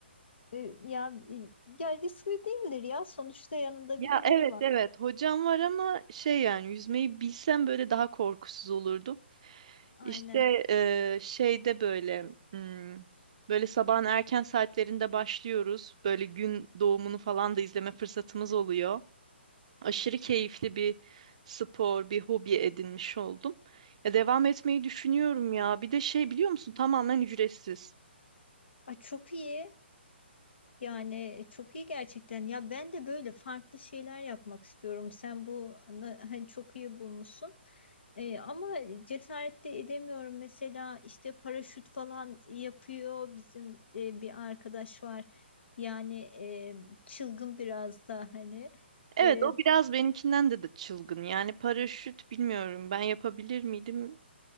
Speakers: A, on the left (about 65°); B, on the right (about 35°).
A: e, ya e, ya riskli değildir ya sonuçta yanında
B: Ya
A: birileri
B: evet
A: var.
B: evet hocam var ama şey yani yüzmeyi bilsem böyle daha korkusuz olurdum.
A: Aynen.
B: İşte e, şeyde böyle hmm, böyle sabahın erken saatlerinde başlıyoruz. Böyle gün doğumunu falan da izleme fırsatımız oluyor. Aşırı keyifli bir spor, bir hobi edinmiş oldum. Ya devam etmeyi düşünüyorum ya. Bir de şey biliyor musun? Tamamen ücretsiz.
A: Ay, çok iyi. Yani e, çok iyi gerçekten. Ya ben de böyle farklı şeyler yapmak istiyorum. Sen bu ana- hani çok iyi bulmuşsun. E, ama cesaret de edemiyorum. Mesela işte paraşüt falan yapıyor bizim e, bir arkadaş var. Yani e, çılgın biraz da hani.
B: Evet,
A: E,
B: o biraz benimkinden de, de çılgın. Yani paraşüt bilmiyorum. Ben yapabilir miydim?